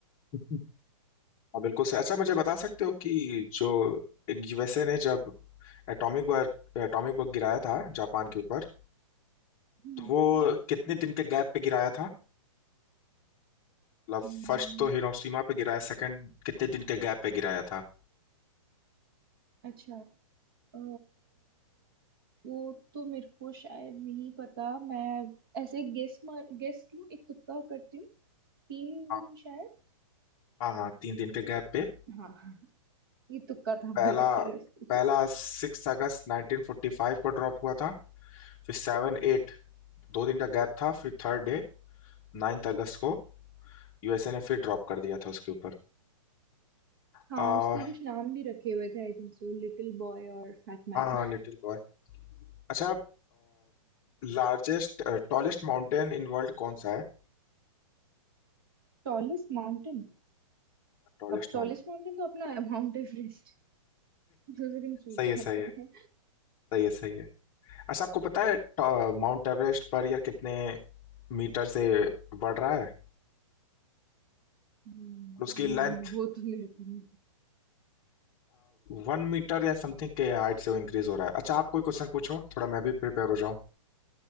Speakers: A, on the left (about 15°); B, on the right (about 40°).
A: <laughs> हाँ, बिल्कुल सही अच्छा मुझे बता सकते हो कि जो यूएसए ने जब एटॉमिक बॉम्ब एटॉमिक बॉम्ब गिराया था जापान के ऊपर
B: हम्म,
A: तो वो हम्म कितने दिन के गैप पे गिराया था मतलब
B: हम्म,
A: फर्स्ट तो हिरोशिमा पे गिराया सेकंड कितने दिन के गैप पे गिराया था
B: अच्छा अ, वो तो मेरे को शायद नहीं पता मैं ऐसे गेस मार गेस लूं एक तुक्का करती हूँ तीन
A: हाँ
B: दिन शायद
A: हाँ हाँ, तीन दिन के गैप पे
B: हाँ ये तुक्का था
A: पहला
B: मेरे तरफ से
A: पहला सिक्स अगस्त 1945 को ड्रॉप हुआ था फिर सेवन एट दो दिन का गैप था फिर थर्ड डे 9th अगस्त को यूएसए ने फिर ड्रॉप कर दिया था उसके ऊपर
B: हाँ
A: आ,
B: उसके कुछ नाम भी रखे हुए थे I think so little boy और fat man
A: हाँ लिटिल बॉय अच्छा largest tallest mountain in world कौन सा है
B: Tallest mountain
A: टॉलेस्ट
B: Tallest mountain तो अपना है माउंट एवरेस्ट दूसरे <laughs> दिन सोचना
A: सही है सही
B: पड़ेगा
A: है सही है सही है अच्छा आपको पता है ट- माउंट एवरेस्ट पर यार कितने मीटर से बढ़ रहा है और
B: हम्म,
A: उसकी लेंथ
B: नहीं वो तो मेरे को नहीं पता।
A: वन मीटर या समथिंग के हाइट से वो इंक्रीज हो रहा है अच्छा आप कोई क्वेश्चन पूछो थोड़ा मैं भी प्रिपेयर हो जाऊं